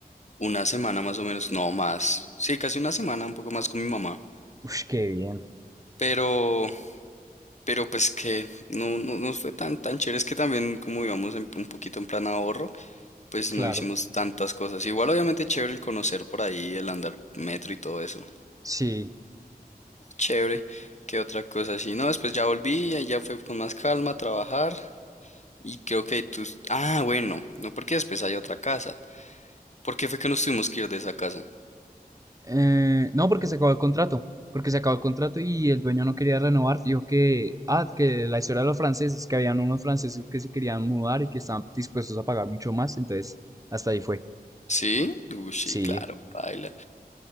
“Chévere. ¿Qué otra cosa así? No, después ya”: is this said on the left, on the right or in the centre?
Left